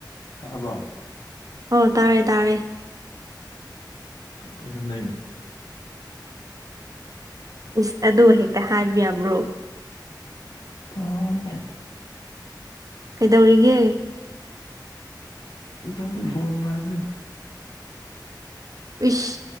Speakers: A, on the left; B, on the right.
A: ꯇꯥꯔꯕ
B: ꯑꯣ ꯇꯥꯔꯦ ꯇꯥꯔꯦ
A: ꯑꯣ ꯀꯣꯗꯩꯅꯣ
B: ꯏꯁ ꯑꯗꯨ ꯍꯦꯛꯇ ꯍꯥꯏꯕ ꯌꯥꯕ꯭ꯔꯣ
A: ꯍ ꯏꯅꯦ
B: ꯀꯩꯗꯧꯔꯤꯒꯦ
A: ꯇꯕꯨꯗꯤ ꯣꯜ ꯃꯥꯔꯕꯅꯦ
B: ꯏꯁ